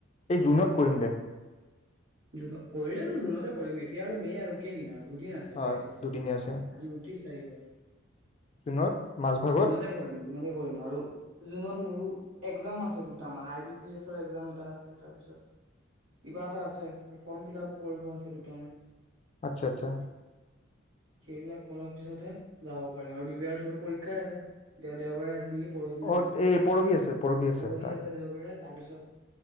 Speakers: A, on the left; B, on the right.
A: এই জুনত কৰিম দে
B: জুন কৰিলেতো জুনতে কৰিম, এতিয়া আৰু মে আৰু কেইদিন আৰু দুদিন আছে
A: হয়
B: মেছ চেচ হবলৈ।
A: দুদিনীয়া আছে
B: আজি ঊনত্ৰিশ তাৰিখ হ'ল।
A: জুনত মাজভাগত
B: জুনতে কৰিম, জুনতে কৰিম আৰু জুনত মোৰো একজাম আছে দুটামান, আই বি পি এছৰ একজাম এটা আছে, তাৰপিছত কিবা এটা আছে। ফৰ্ম ফিলআপ ও কৰিব আছে দুটামান।
A: আচ্ছা, আচ্ছা।
B: সেইবিলাক কৰাৰ পিছতহে যাব পাৰিম আৰু দিবিয়াৰ্থৰো পৰীক্ষাই আছে, দে-দেওবাৰে আছে নেকি? পৰহি দিনা
A: অ
B: আছে তাৰ।
A: এই পৰহি আছে
B: পৰহি
A: তাৰ
B: আছে দেওবাৰে, তাৰপিছত